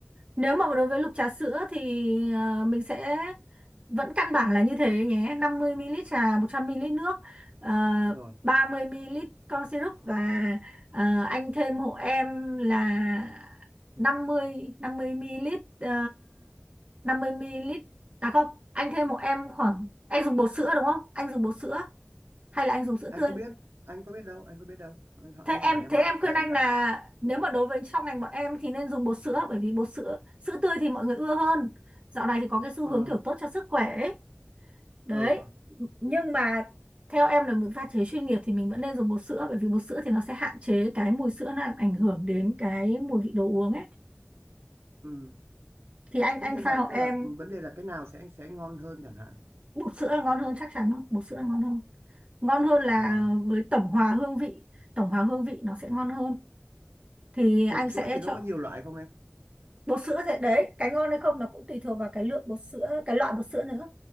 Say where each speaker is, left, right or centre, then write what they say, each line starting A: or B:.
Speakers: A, on the right; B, on the right.
A: nếu mà đối với lục trà sữa thì ờ, mình sẽ vẫn căn bản là như thế nhé 50 ml trà 100 ml nước uh,
B: rồi
A: 30 ml con syrup và ờ, anh thêm hộ em là 50 50 ml uh, 50 ml à không anh thêm hộ em khoảng anh dùng bột sữa đúng không anh dùng bột sữa hay là anh dùng sữa
B: anh
A: tươi
B: không biết anh có biết đâu anh có biết đâu anh, hỏi-
A: thế
B: anh
A: em
B: hỏi em
A: thế
B: mà
A: em
B: Đây,
A: khuyên
B: em
A: anh
B: đang
A: là nếu mà đối với trong ngành bọn em thì nên dùng bột sữa bởi vì bột sữa sữa tươi thì mọi người ưa hơn dạo này thì có cái xu
B: ừ,
A: hướng kiểu tốt cho sức khỏe ấy. đấy
B: ừ,
A: nhưng mà theo em là mình pha chế chuyên nghiệp thì mình vẫn nên dùng bột sữa bởi vì bột sữa thì nó sẽ hạn chế cái mùi sữa làm ảnh hưởng đến cái mùi vị đồ uống ấy
B: ừ.
A: thì anh
B: chứ
A: anh
B: nhưng
A: pha
B: mà
A: hộ em
B: tức là vấn đề là cái nào sẽ sẽ ngon hơn chẳng hạn
A: bột sữa là ngon hơn chắc chắn luôn bột sữa là ngon hơn ngon hơn là
B: Ờ,
A: với tổng hòa hương vị tổng hòa hương vị nó sẽ ngon hơn thì
B: bột
A: anh
B: sữa
A: sẽ
B: thì nó
A: chọn
B: có nhiều loại không em
A: bột sữa thế đấy cái ngon hay không nó cũng tùy thuộc vào cái lượng bột sữa cái loại bột sữa nữa